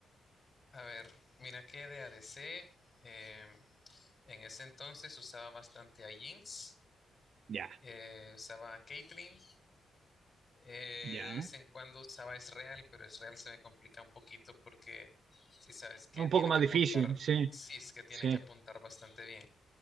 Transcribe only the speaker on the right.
Ya,
ya.
Un
poco más
difícil,
sí,
sí.